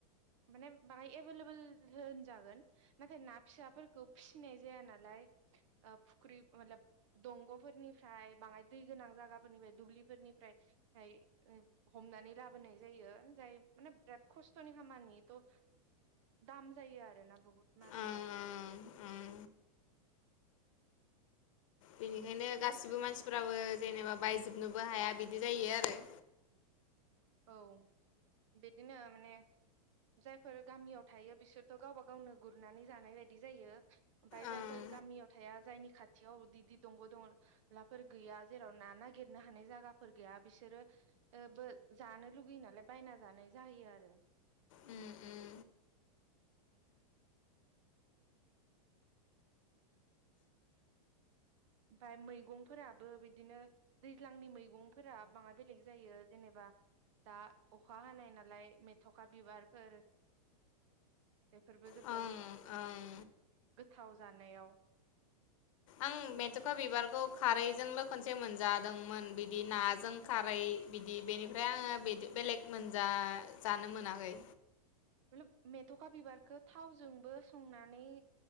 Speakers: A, on the right; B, on the left.
A: माने बाङाय एभेलेबोल होनजागोन नाथाय ना फिसाफोरखौ फिसिनाय जाया नालाय ओ फुख्रि मतलाब दंग'फोरनिफ्राय बाङाय दै गोनां जागाफोरनिफाय दुब्लिफोरनिफ्राय हाय ओं हमनानै लाबोनाय जायो जाय माने बिराद खस्थ'नि खामानि। त' दाम जायो आरोना बहुत मारकेतआव
B: ओं
A: <inaudible>
B: ओं ओं बेनिखायनो गासिबो मानसिफोराबो जेनेबा बायजोबनोबो हाया बिदि जायो आरो।
A: औ बेदिनो माने जायफोर गामियाव थायो बिसोरथ' गावबा गावनो गुरनानै जानाय बायदि जायो ओमफाय
B: ओं
A: जायफोर गामियाव थाया जायनि खाथियाव उदि दि दंग' दं लाफोर गैया जेराव ना नागिरनो हानाय जागाफोर गैया बिसोरो ओ बो जानो लुगैयो नालाय बायना जानाय जाहैयो आरो <inaudible>
B: उम उम
A: ओमफाय मैगंफोराबो बिदिनो दैज्लांनि मैगंफोरा बाङाय बेलेग जायो जेनेबा दा अखा हानाय नालाय मेथ'खा बिबारफोर <inaudible> बेफोरबो जोबोर
B: ओं ओं
A: <inaudible> गो थाव जानायाव।
B: आं मेथुखा बिबारखौ खारैजोंल' खनसे मोनजादोंमोन बिदि नाजों खारै बिदि बेनिफ्राय आङो बिदि बेलेग मोनजा जानो मोनाखै।
A: मतलाब मेथ'खा बिबारखो थावजोंबो संनानै